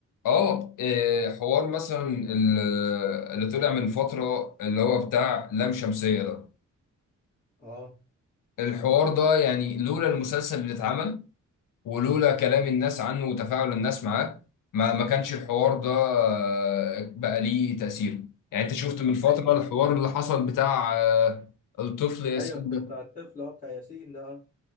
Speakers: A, on the left (about 85°); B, on the left (about 25°).
A: اه إيه، حوار مثلا ال- اللي طلع من فتره اللي هو بتاع لام شمسيه ده
B: اه
A: الحوار ده يعني لولا المسلسل اللي اتعمل ولولا كلام الناس عنه وتفاعل الناس معاه ما ما كانش الحوار ده آه، بقى ليه تأثير يعني انت شفت من فترة
B: ايوه صح
A: الحوار اللي حصل بتاع آه، الطفل ياسين
B: ايوه بتاع
A: ده
B: بتاع الطفل اه بتاع ياسين ده آه.